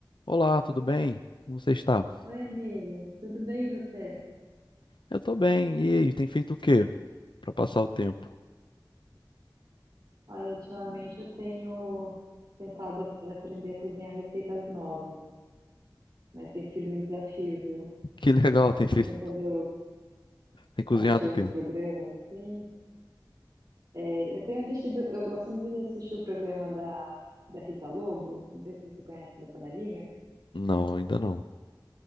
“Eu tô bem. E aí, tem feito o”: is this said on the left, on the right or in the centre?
Left